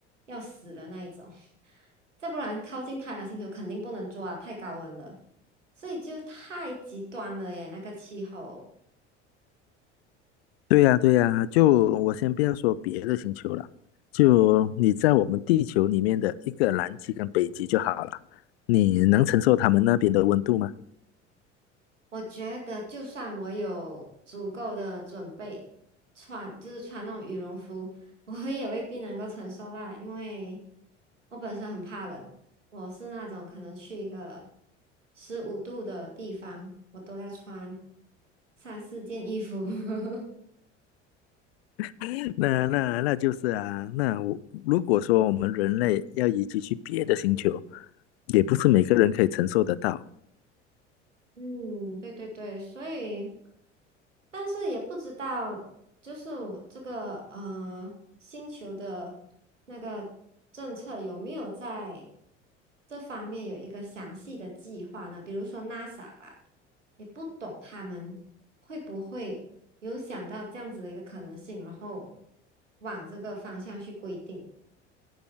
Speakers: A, on the right; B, on the left.
A: 要死的那一种，<laughs> 再不然靠近太阳星球肯定不能做啊，太高温了，所以就太极端了耶，那个气候。
B: 对呀、啊对呀、啊就我先不要说别的星球了，就你在我们地球里面的一个南极跟北极就好了，你能承受他们那边的温度吗？
A: 我觉得，就算我有足够的准备，穿就是穿那种羽绒服，<laughs> 我也未必能够承受啦。因为我本身很怕冷，我是那种可能去一个十五度的地方，我都要穿三四件衣服。<laughs>
B: <laughs> 那那那就是啊，那我如果说我们人类要移居去别的星球，也不是每个人可以承受得到。
A: 嗯，对对对，所以，但是也不知道，就是我这个呃星球的那个政策有没有在这方面有一个详细的计划呢？比如说 NASA 吧，也不懂他们会不会有想到这样子的一个可能性，然后往这个方向去规定。